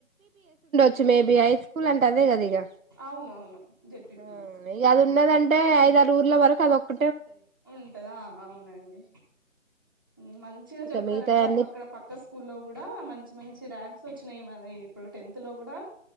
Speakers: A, on the right; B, on the left.
A: చ్చు మేబీ హై స్కూల్ అంటే అదే కదా ఇ గ
B: అవును అవును జెడ్పిపిఎస్
A: ఆ అది ఉన్నదంటే ఐ ఊర్ల వరకు అదొ ఒక
B: ఉంటదా ఆ అవునండి మం మంచిగా
A: ఇంకా
B: చెప్తారండి
A: మిగతాయి అన్ని
B: ఆ పక్కడ పక్క స్కూల్లో కూడా మంచి మంచి ర్యా ంక్స్ వచ్చినాయి మరి ఇప్పుడు టెన్త్ లో కూడా